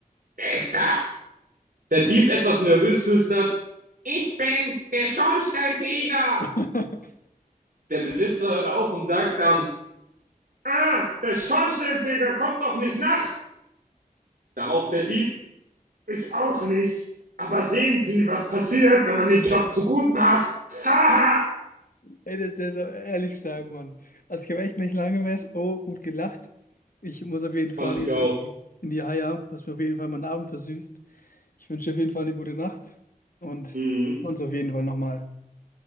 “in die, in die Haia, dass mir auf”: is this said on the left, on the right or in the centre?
Left